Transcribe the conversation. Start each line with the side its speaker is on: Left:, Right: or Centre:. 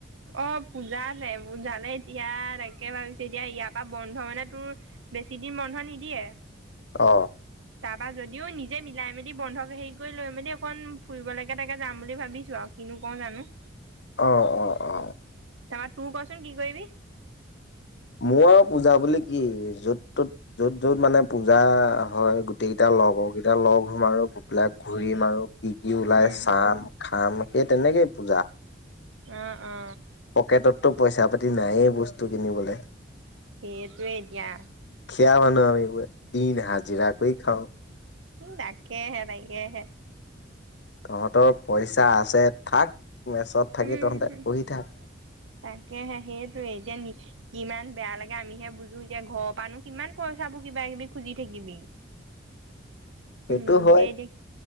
Right: অ পূজাল পূজালে এতিয়া তাকে ভাবিছো এতিয়া ইয়াৰ পৰা বন্ধ মানে তোৰ বেছি দিন বন্ধ নিদিয়ে
Left: অ
Right: তাৰপা যদিও নিজে মিলাই মেলি বন্ধ হেৰি কৰি লৈ মেলি অকণ ফুৰিবলৈকে তাকে যাম বুলি ভাবিছো আৰু কিনো কওঁ জানো
Left: আহ অ অ
Right: তাৰপৰা তোৰ কচোন কি কৰিবি
Left: মোৰ আৰু পূজা বুলি কি যত ত'ত যত যত মানে পূজা হয় গোটেই কেইটা লগৰকেইটা লগ হম আৰু এইবিলাক ঘুৰিম আৰু কি কি ওলাই
Right: উম,
Left: চাম খাম সেই তেনেকেই পূজা
Right: অ অ
Left: পকেটততো পইচা পাতি নায়েই বস্তু কিনিবলৈ
Right: সেইটোৱে এতিয়া
Left: খিয়া মানুহ আমি বোৱে দিন হাজিৰা কৰি খাওঁ
Right: উম তাকেহে-তাকেহে।
Left: তহঁতৰ পইচা আছে থাক মেচত থাকি
Right: উম-হুম,
Left: তহঁতে পঢ়ি থাক
Right: তাকেহে সেইটোয়ে, এতিয়া কিমান বেয়া লাগে আমিহে বুজোঁ। এতিয়া ঘৰৰ পৰানো কিমান পইচাবোৰ কিবাকিবি খুজি থাকিবি।
Left: সেইটো
Right: উম
Left: হয়
Right: যেয়ে দি